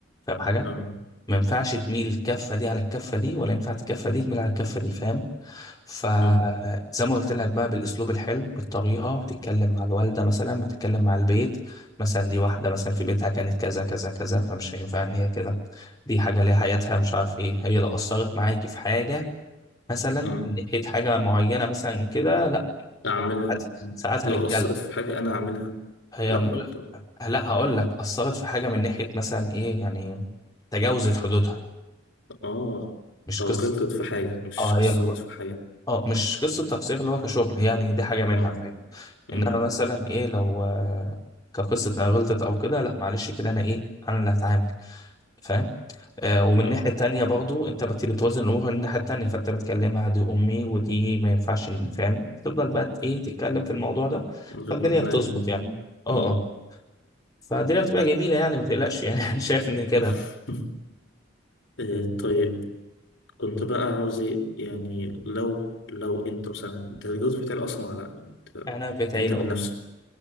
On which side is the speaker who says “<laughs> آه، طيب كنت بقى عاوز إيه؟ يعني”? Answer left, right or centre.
Left